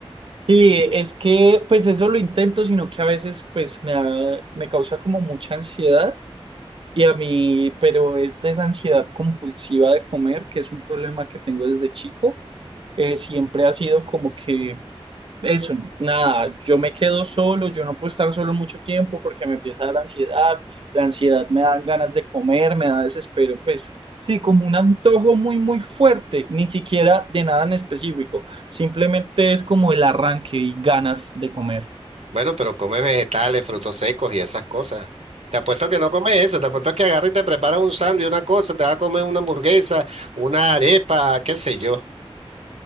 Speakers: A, on the right; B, on the right.
A: Sí, es que pues eso lo intento, sino que a veces pues me, da- me causa como mucha ansiedad Y a mí, pero es de esa ansiedad compulsiva de comer, que es un problema que tengo desde chico. Eh, siempre ha sido como que eso, nada, yo me quedo solo, yo no puedo estar solo mucho tiempo porque me empieza a dar ansiedad, la ansiedad me da ganas de comer, me da desespero, pues sí, como un antojo muy, muy fuerte, ni siquiera de nada en específico, simplemente es como el arranque y ganas de comer.
B: Bueno, pero come vegetales, frutos secos y esas cosas. Te apuesto que no comes eso, te apuesto que agarra y te prepara un sándwich, una cosa, te va a comer una hamburguesa, una arepa, qué sé yo.